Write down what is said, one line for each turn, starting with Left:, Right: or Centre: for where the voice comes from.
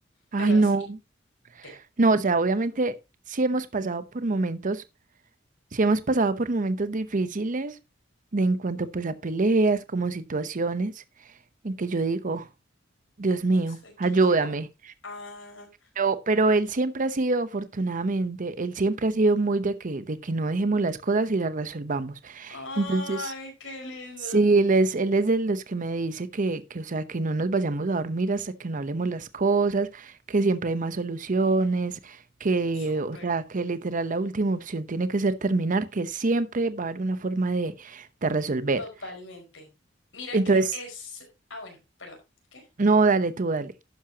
Right: ay
Left: pero así
Right: no,
Left: te...
Right: no, o sea, obviamente sí hemos pasado por momentos Si hemos pasado por momentos difíciles de en cuanto pues a peleas, como situaciones en que yo digo, Dios mío,
Left: Hasta aquí
Right: ayúdame.
Left: llegó. Ah,
Right: Pero, pero él siempre ha sido, afortunadamente, él siempre ha sido muy de que, de que no dejemos las cosas y las resolvamos.
Left: ay,
Right: Entonces,
Left: qué lindo.
Right: Sí, él es, él es de los que me dice que, que, o sea, que no nos vayamos a dormir hasta que no hablemos las cosas, que siempre hay más soluciones, que,
Left: Súper,
Right: o sea, que literal la última opción tiene que ser terminar, que siempre va a haber una forma de, de resolver.
Left: totalmente. Mira
Right: Entonces,
Left: que es... Ah, bueno, perdón. ¿qué?
Right: no, dale tú, dale.